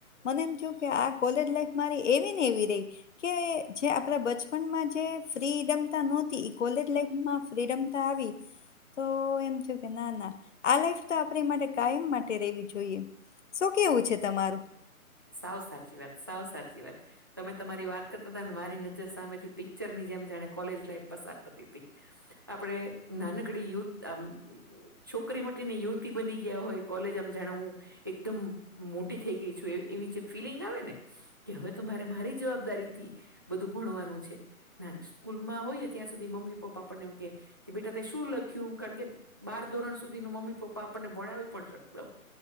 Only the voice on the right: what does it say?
સાવ સાચી વાત સાવ સાચી વાત. તમે તમારી વાત કરતા હતા ને મારી નજર સામે થી પિક્ચર ની જેમ જાણે કોલેજ લાઈફ પસાર થતી હતી. આપડે નાનકડી યુથ આમ છોકરી માટેની યુવતી બની ગયા હોય કોલેજ આમ જાણાવું. એકદમ મોટી થઈ ગઈ છું એવી જે ફિલિંગ આવે ને કે હવે તો મારે મારી જવાબદારીથી બધું ભણવાનું છે. ના સ્કૂલમાં હોયએ ત્યાં સુધી મમ્મી પપ્પા આપણને બેટા તે શું લખ્યું. કારણ કે બાર ધોરણ સુધી ન મમ્મી પપ્પા આપણને ભણાવી પણ શકતો.